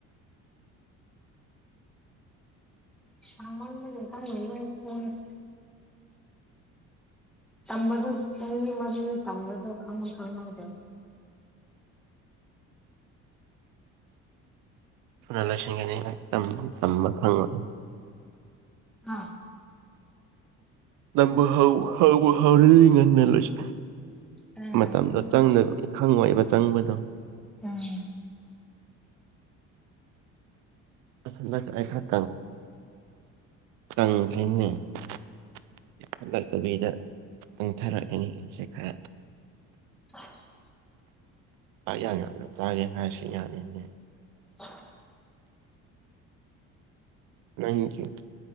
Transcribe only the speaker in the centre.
ꯁꯃꯥꯟ ꯃꯦ ꯀꯥꯏ ꯐ <inaudible> ꯇꯝꯕꯗꯣ ꯆꯍꯤ ꯃꯔꯤ ꯇꯝꯕꯗꯣ ꯈꯪꯉꯧ ꯈꯪꯍꯧꯗꯦ ꯑꯗꯨꯝ
ꯍꯥ
ꯎꯝ
ꯈꯪꯍꯧꯗꯦ
ꯎꯝ
ꯑ <inaudible> <inaudible>
ꯑ <unintelligible>